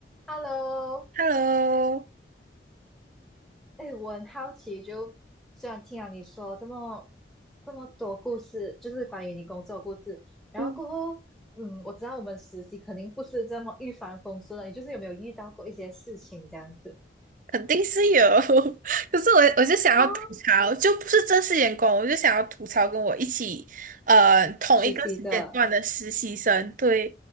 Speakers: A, in the centre; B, on the right (about 45°).
A: Hello，
B: Hello，
A: 哎，我很好奇就，虽然听了你说这么这么多故事，就是关于你工作的故事，然后过后，
B: 嗯，
A: 嗯，我知道我们实习肯定不是这么一帆风顺的，你就是有没有遇到过一些事情这样子？
B: 肯定是有，<laughs> 可是我我就想要吐槽，
A: 哦，
B: 就不是正式员工，我就想要吐槽跟我一起，呃，同一个时间段的实习生，
A: 实习的，
B: 对，